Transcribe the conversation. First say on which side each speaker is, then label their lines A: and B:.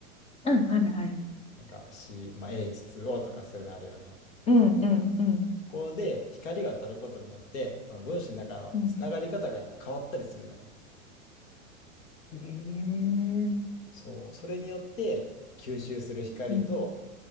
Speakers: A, on the left; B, on the left.
A: うん、あるある。
B: なんか C、まあ、H2O とかそういうのあるよね。
A: うん、うん、うん、
B: そこで光が当たることによって、この分子の中のつながり方が変わったりするのよ。
A: うん。へえ。
B: そう、それによって吸収する光と、
A: うん、